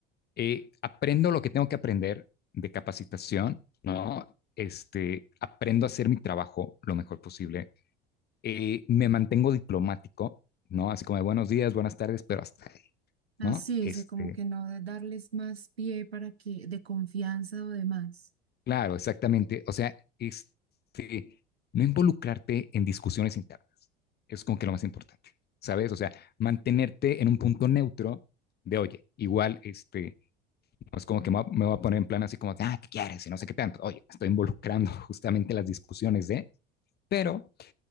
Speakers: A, on the left; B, on the right.
A: eh, aprendo lo que tengo que aprender de capacitación, ¿no? Este, aprendo a hacer mi trabajo lo mejor posible, eh, me mantengo diplomático, ¿no? Así como de buenos días, buenas tardes, pero hasta ahí,
B: Así
A: ¿no?
B: es,
A: Este,
B: como que no de- darles más pie para que, de confianza o demás.
A: Claro, exactamente. O sea, este, no involucrarte en discusiones internas. Es como que lo más importante, ¿sabes? O sea, mantenerte en un punto neutro de, oye, igual, este, no es como que me va- me voy a poner en plan así como, ah, ¿qué quieres? Y no sé qué tanto. Oye, me estoy involucrando <laughs> justamente en las discusiones de, pero